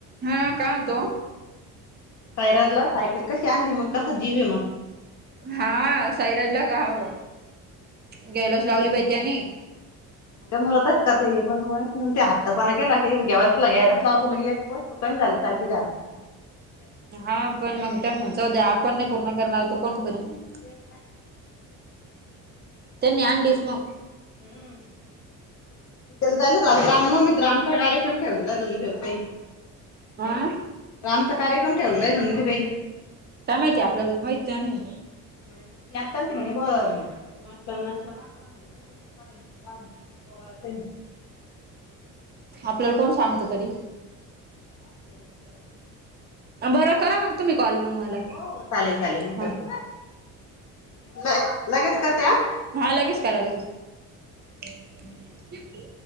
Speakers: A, on the right; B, on the left.
A: हां काय अंतो.
B: सैराज ला सायकल कशी आणली मंग कसा जीवे मंग.
A: हां सायराजला <unintelligible> ग्यायलाच लावली बाई त्यांनी. <inaudible>
B: मुलंतच करते हे पण मु ते हत्त पणा केला क गेग्यायलाच लाव तु ली एक तू काही झालील घर. <inaudible> काय.
A: हा पण मग त्यांना जाऊ द्या, आपण नाही करणार तर कोण करणार.
B: ते.
A: त्यांनी आणलीस मग.
B: हम्म. चलय ला राम नोमित राम तगायेम ठलातही. <inaudible>
A: हं. <unintelligible>
B: आमचा कार्यक्रम ठेवलाय <unintelligible> काही.
A: काय माहितीय आपल्याला माहती आहे नाही.
B: आल त म्ह ब पाठ म्ह <inaudible> पळ. <inaudible>
A: आपल्याला कोण सांगत तरी.
B: ते वगैर.
A: बरं करा मग तुम्ही कॉल मग मला
B: हो हो चालेल चालेल मी
A: ह.
B: करते ल लगेच करते या.
A: हा लगेच करा लगेच.